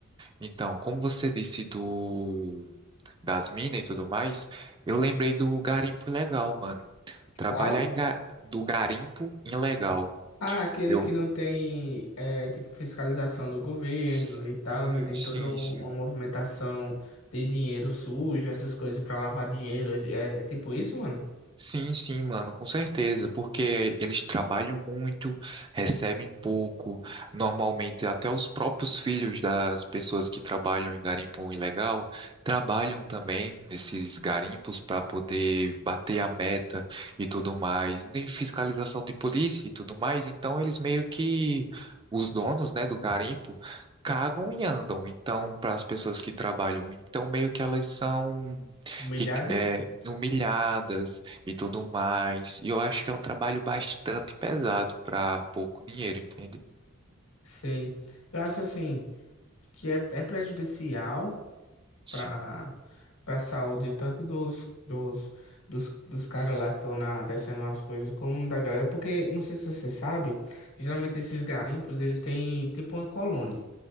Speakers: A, on the right; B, on the left.
A: Então, como você disse do. Das minas e tudo mais, eu lembrei do garimpo ilegal, mano. Trabalhar
B: Qual?
A: em ga- do garimpo ilegal.
B: Ah, aqueles
A: Eu.
B: que não têm, é, tipo, fiscalização do governo
A: Sim,
B: e tal. E tem
A: sim,
B: toda um-
A: sim.
B: uma movimentação de dinheiro sujo, essas coisas pra lavar dinheiro. É, é tipo isso, mano?
A: Sim, sim, mano, com certeza, porque eles trabalham muito, recebem pouco. Normalmente, até os próprios filhos das pessoas que trabalham em garimpo ilegal trabalham também nesses garimpos para poder bater a meta e tudo mais. Não tem fiscalização de polícia e tudo mais, então eles meio que os donos, né, do garimpo cagam e andam. Então, para as pessoas que trabalham, então meio que elas são
B: Humilhadas?
A: ri- é, humilhadas e tudo mais. E eu acho que é um trabalho bastante pesado para pouco dinheiro, entende?
B: Sei. Eu acho assim. Que é, é prejudicial.
A: Sim.
B: para para saúde, tanto dos dos dos, dos caras lá que estão na descendo as coisas, como da galera, porque não sei se você sabe, geralmente esses garimpos, eles têm tipo uma colônia,